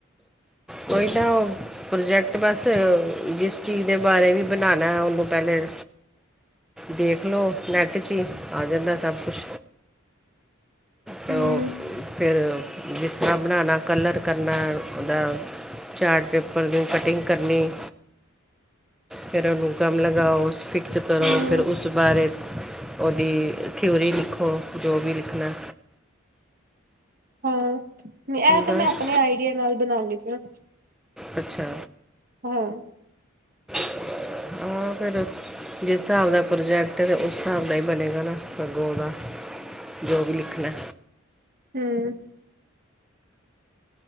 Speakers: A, in the centre; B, on the right (about 40°).
A: ਕੋਈ ਨਾ ਓ ਪ੍ਰੋਜੈਕਟ ਬਸ ਜਿਸ ਚੀਜ਼ ਦੇ ਬਾਰੇ ਵੀ ਬਣਾਣੈ ਉਨੂੰ ਪੈਲੇ ਦੇਖ ਲੋ ਨੈੱਟ ਚ ਈ ਆ ਜਾਂਦੈ ਸਭ ਕੁਸ਼ ਤ
B: ਹੂੰ
A: ਓ ਫਿਰ ਜਿਸ ਤਰਾਂ ਬਣਾਣਾ ਕਲਰ ਕਰਨੈ ਉਦਾ ਚਾਟ ਪੇਪਰ ਦੀ ਕਟਿੰਗ ਕਰਨੀ ਫੇਰ ਉਨੂੰ ਗਮ ਲਗਾਓ, ਫਿਕਸ ਕਰੋ
B: ਹੂੰ
A: ਫੇਰ ਉਸ ਬਾਰੇ ਉਦੀ ਥਿਊਰੀ ਲਿਖੋ ਜੋ ਵੀ ਲਿਖਣੈ।
B: ਹਾਂ ਨੇ ਐ ਤੇ
A: ਬਸ
B: ਮੈਂ ਆਪਣੇ ਆਈਡੀਏ ਨਾਲ ਬਣਾਣੀ ਪੀ ਆ।
A: ਅੱਛਾ।
B: ਹਾਂ।
A: <inaudible> ਹਾਂ ਫੇਰ ਜਿਸ ਸਾਬ ਦਾ ਪ੍ਰੋਜੈਕਟ ਏ ਤੇ ਉਸ ਸਾਬ ਦਾ ਈ ਬਣੇਗਾ ਨਾ ਅੱਗੋ ਉਦਾ ਜੋ ਵੀ ਲਿਖਣੈ।
B: ਹੂੰ।